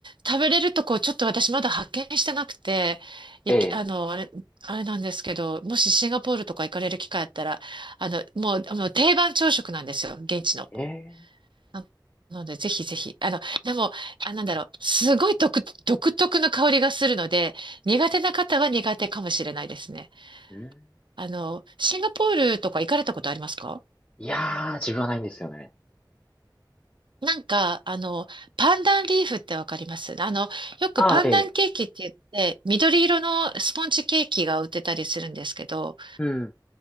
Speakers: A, on the right (about 80°); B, on the left (about 20°).
A: 食べれるとこちょっと私まだ発見してなくて、いき、
B: ええ。
A: あの、あれ、あれなんですけど、もしシンガポールとか行かれる機会あったら、あの、もう、もう定番朝食なんですよ、現地の。
B: ええ。
A: なので、ぜひぜひ。あの、でも、あ、なんだろう。すごい独、独特の香りがするので、苦手な方は苦手かもしれないですね。
B: うん
A: あの、シンガポールとか行かれたことありますか
B: いやー、自分はないんですよね。
A: なんか、あの、パンダンリーフってわかりますあの、よくパンダンケーキって言って、
B: ああ、ええ。
A: 緑色のスポンジケーキが売ってたりするんですけど、
B: うん。